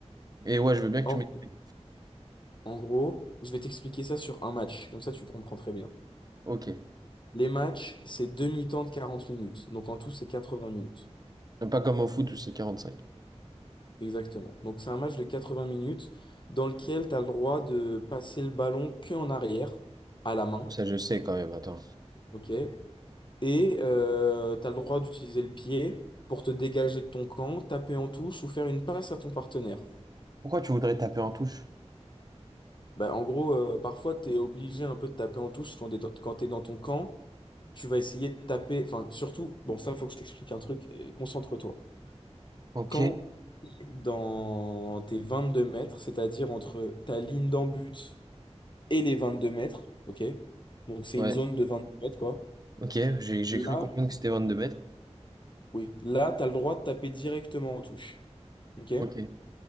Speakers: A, on the right; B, on the left.
A: et ouais, je veux bien que
B: En,
A: tu m'expliques.
B: en gros, je vais t'expliquer ça sur un match, comme ça tu comprends très bien.
A: Ok.
B: Les matchs, c'est demi-temps de 40 minutes. Donc en tout, c'est 80 minutes.
A: Pas comme au foot où c'est 45.
B: Exactement. Donc c'est un match de 80 minutes dans lequel tu as le droit de passer le ballon que en arrière, à la main.
A: Ça, je sais quand même, attends.
B: OK? Et euh, tu as le droit d'utiliser le pied pour te dégager de ton camp, taper en touche ou faire une passe à ton partenaire.
A: Pourquoi tu voudrais taper en touche?
B: Bah, en gros, euh, parfois, tu es obligé un peu de taper en touche quand tu es dans ton camp. Tu vas essayer de taper, enfin, surtout, bon, ça, faut que je t'explique un truc, euh, concentre-toi.
A: Ok.
B: Quand dans tes 22 mètres, c'est-à-dire entre ta ligne d'en-but et les 22 mètres, ok? Donc, c'est
A: Ouais.
B: une zone de 22 mètres, quoi.
A: Ok, j'ai j'ai
B: Là,
A: cru comprendre que c'était 22 mètres.
B: oui, là, tu as le droit de taper directement en touche, ok?
A: Ok.